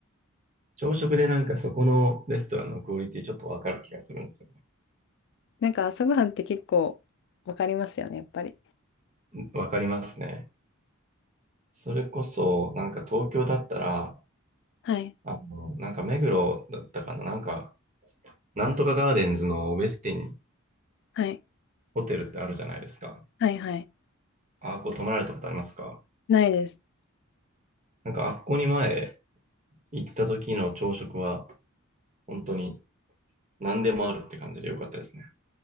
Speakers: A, on the right; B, on the left.
A: 朝食でなんかそこのレストランのクオリティちょっとわかる気がするんですよね。
B: なんか朝ごはんって結構わかりますよね、やっぱり。
A: わかりますね。それこそ、なんか東京だったら、
B: はい。
A: あの、なんか目黒だったかな、なんか、なんとかガーデンズのウェスティン
B: はい。
A: ホテルってあるじゃないですか。
B: はいはい。
A: あっこ泊まられたことありますか
B: ないです。
A: なんかあっこに前行った時の朝食は本当に何でもあるって感じで良かったですね。